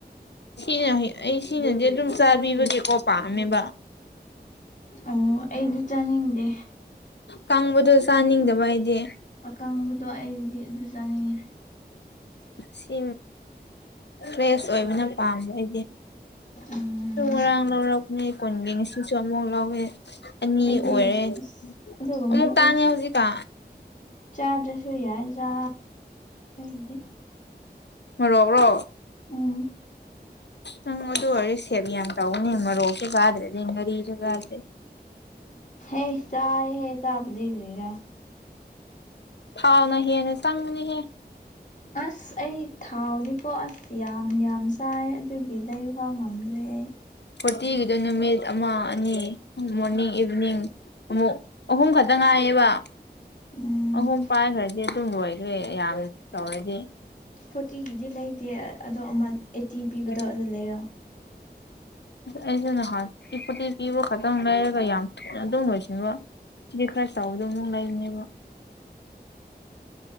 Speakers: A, on the left; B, on the left.
A: ꯁꯤꯅ ꯑꯩ ꯁꯤꯅꯗꯤ ꯑꯗꯨꯝ ꯆꯥꯕꯤꯕꯒꯤꯀꯣ ꯄꯥꯝꯃꯦꯕ
B: ꯑꯣ ꯑꯩꯗꯤ ꯆꯥꯅꯤꯡꯗꯦ
A: ꯀꯪꯕꯗꯣ ꯆꯥꯅꯤꯡꯗꯕ ꯍꯥꯏꯗꯤ
B: ꯑꯀꯪꯕꯗꯣ ꯑꯩꯗꯤ ꯑꯗꯨ ꯆꯥꯅꯤꯡꯉꯦ
A: ꯁꯤ ꯐ꯭ꯔꯦꯁ ꯑꯣꯏꯕꯅ ꯄꯥꯝꯕ ꯑꯩꯗꯤ
B: ꯎꯝ
A: ꯁꯨꯝ ꯉꯔꯥꯡ ꯂꯧꯔꯛꯅꯤ ꯀꯨꯣꯟꯒꯤ ꯅꯤꯡꯁꯤꯡꯁꯨ ꯑꯃꯥꯎ ꯂꯧꯥꯎꯋꯦ ꯑꯅꯤ
B: ꯑꯩꯗꯤ
A: ꯑꯣꯏꯔꯦ
B: ꯑꯁ ꯑꯗꯨꯒꯨꯝꯕꯗꯨ
A: ꯑꯃꯨꯛ ꯇꯥꯡꯉꯦ ꯍꯧꯖꯤꯛꯀ
B: ꯆꯥꯗ꯭ꯔꯁꯨ ꯌꯥꯏꯗ ꯑꯩꯗꯤ
A: ꯃꯔꯣꯛꯔꯣ
B: ꯎꯝ
A: ꯅꯪ ꯑꯗꯨ ꯑꯣꯏ ꯁꯦꯕ ꯌꯥꯝ ꯇꯧꯅꯤ ꯃꯔꯣꯛꯁꯨ ꯆꯥꯗ꯭ꯔꯗꯤ ꯉꯥꯔꯤꯁꯨ ꯆꯥꯗ꯭ꯔꯗꯤ
B: ꯍꯦ ꯆꯥꯏ ꯍꯦ ꯆꯥꯕꯗꯤꯈꯔꯤꯔꯥ
A: ꯊꯥꯎꯅ ꯍꯦꯟꯅ ꯆꯪꯕꯅꯤꯍꯦ
B: ꯑꯁ ꯑꯩ ꯊꯥꯎꯗꯤ ꯀꯣ ꯑꯁ ꯌꯥꯝ ꯌꯥꯝ ꯆꯥꯏ ꯑꯗꯨꯒꯤ ꯂꯩ ꯐꯥꯎ ꯉꯝꯗ꯭ꯔꯦ
A: ꯐꯣꯔꯇꯤꯒꯤꯗ ꯅꯨꯃꯤꯠ ꯑꯃ ꯑꯅꯤ ꯃꯣꯔꯅꯤꯡ ꯏꯚꯤꯅꯤꯡ ꯑꯃꯨꯛ ꯑꯍꯨꯝ ꯈꯛꯇ ꯉꯥꯏꯌꯦꯕ
B: ꯎꯝ
A: ꯑꯍꯨꯝ ꯄꯥꯏꯈ꯭ꯔꯗꯤ ꯑꯗꯨꯝ ꯂꯣꯏꯈ꯭ꯔꯦ ꯌꯥꯝ ꯇꯧꯔꯗꯤ
B: ꯐꯣꯔꯇꯤꯒꯤꯗꯤ ꯂꯩꯇꯦ ꯑꯗꯣ ꯑꯃ ꯑꯩꯠꯇꯤ ꯄꯤꯕꯗꯣ
A: ꯑꯁ
B: ꯑꯗꯨ ꯂꯩꯔꯣ
A: ꯑꯩꯁꯨ ꯅꯍꯥꯟ ꯊꯔ꯭ꯤ ꯐꯣꯔꯇꯤ ꯄꯤꯕꯨ ꯈꯛꯇꯪ ꯂꯩꯔꯒ ꯌꯥꯝ ꯑꯗꯨꯝ ꯂꯣꯏꯁꯤꯕ ꯁꯤꯗꯤ ꯈꯔ ꯆꯥꯎꯕꯗ ꯑꯃꯨꯛ ꯂꯩꯔꯤꯅꯦꯕ